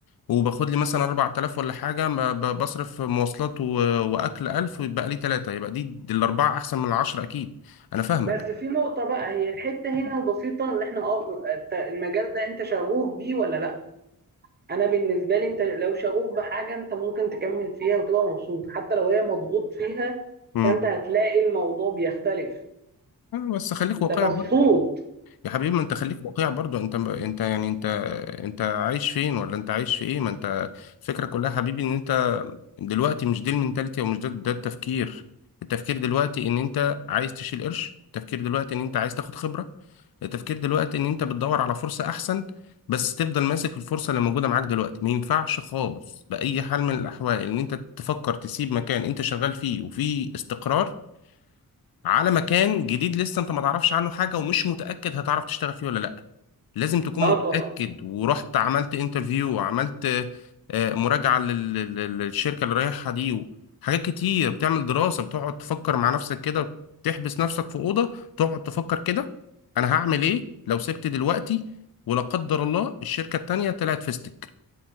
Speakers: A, on the left; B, on the right.
A: وباخد لي مثلا 4000 ولا حاجه ما ب- بصرف مواصلات و- واكل 1000 ويبقى لي 3 يبقى دي دي الاربعه احسن من العشره اكيد انا فاهمك
B: بس في نقطه بقى هي الحته هنا البسيطه اللي احنا اه انت المجال ده انت شغوف بيه ولا لا انا بالنسبه لي انت لو شغوف بحاجه انت ممكن تكمل فيها وتبقى مبسوط حتى لو هي مضغوط فيها
A: امم
B: فانت هتلاقي الموضوع بيختلف
A: بس خليك
B: انت
A: واقعي
B: مبسوط
A: يا حبيبي ما انت خليك واقعي برضو انت انت يعني انت انت عايش فين ولا انت عايش في ايه ما انت الفكره كلها يا حبيبي ان انت دلوقتي مش دي المنتاليتي او مش ده, ده التفكير التفكير دلوقتي ان انت عايز تشيل قرش التفكير دلوقتي ان انت عايز تاخد خبره التفكير دلوقتي ان انت بتدور على فرصه احسن بس تفضل ماسك في الفرصه اللي موجوده معاك دلوقتي ما ينفعش خالص باي حال من الاحوال ان انت تفكر تسيب مكان انت شغال فيه وفيه استقرار على مكان جديد لسه انت ما تعرفش عنه حاجه ومش متاكد هتعرف تشتغل فيه ولا لا لازم تكون
B: اه
A: متأكد
B: طبعا
A: ورحت عملت انترفيو وعملت آه، مراجعة لل- لل- للشركة اللي رايحها دي وحاجات كتير بتعمل دراسة بتقعد تفكر مع نفسك كده تحبس نفسك في أوضة تقعد تفكر كده أنا هعمل إيه لو سبت دلوقتي ولا قدر الله الشركة التانية طلعت فيستك